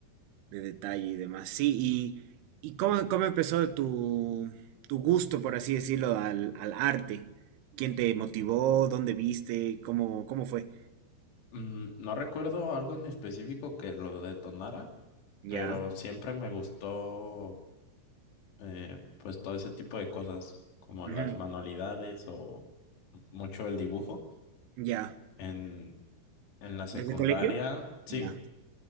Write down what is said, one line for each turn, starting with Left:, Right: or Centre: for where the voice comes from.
Right: De detalle y demás. Sí, y, y cómo, cómo empezó tu, tu gusto, por así decirlo, al, al arte. ¿Quién te motivó? ¿Dónde viste? ¿Cómo, cómo fue?
Left: Mm, no recuerdo algo en específico que lo detonara,
Right: Ya.
Left: pero siempre me gustó eh, pues todo ese tipo de cosas como
Right: ujú,
Left: las manualidades o m- mucho el dibujo.
Right: Ya.
Left: En, en la secundaria,
Right: ¿Desde colegio?
Left: sí,
Right: Ya.